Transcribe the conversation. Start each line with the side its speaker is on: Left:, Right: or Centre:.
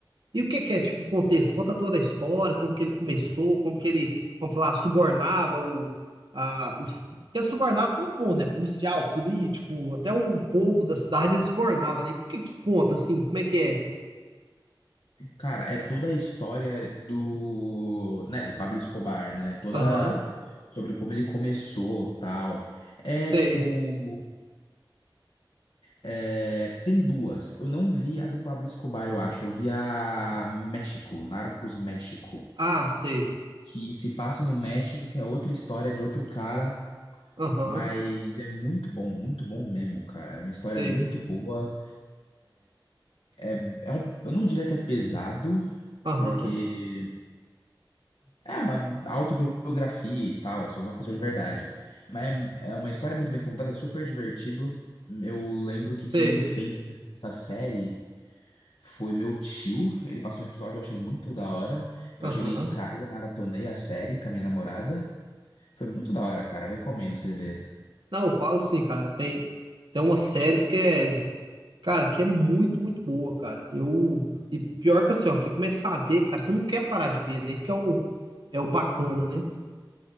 Right: E o que que é, tipo, o contexto? Conta toda a história, como que ele começou, como que ele, vamos falar, subornava o... A, os, ele subornava todo mundo, né? Policial, político, até o povo da cidade ele subornava, né? E O que que conta, assim? Como é que é?
Left: Cara, é toda a história do, né, do Pablo Escobar, né? Toda
Right: Aham,
Left: sobre como ele começou, tal. É
Right: sei.
Left: tipo, é, tem duas. Eu não vi a do Pablo Escobar, eu acho. Eu vi a México, Narcos México,
Right: Ah, sei.
Left: que se passa no México, que é outra história de outro cara,
Right: Aham,
Left: mas é muito bom, muito bom mesmo, cara. É uma história
Right: sei.
Left: muito boa. É, é um, eu não diria que é pesado,
Right: Aham,
Left: porque é uma autobiografia e tal, é sobre uma pessoa de verdade. Mas é, é uma história muito bem contada, é super divertido. Eu lembro que
Right: sei.
Left: quem me fez essa série foi meu tio. Ele passou um episódio, eu achei muito da hora. Eu
Right: Aham.
Left: cheguei em casa, maratonei a série com a minha namorada. Foi muito da hora, cara. Eu recomendo você ver.
Right: Não, eu falo assim, cara, tem, tem umas séries que é, cara, que é muito, muito boa, cara. Eu, e pior que assim, ó, você começa a ver, cara, você não quer parar de ver, né? Isso que é o, é o bacana, né?